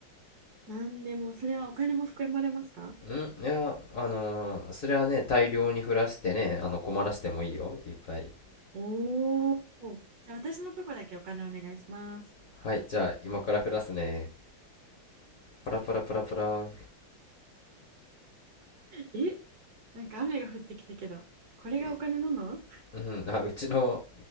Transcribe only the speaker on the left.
んいや、あのーそれはね、大量に降らしてね、あの、困らせてもいいよ、いっぱい。
はい、じゃあ、今から降らすね。パラパラパラパラ。
いうん、あ、うちの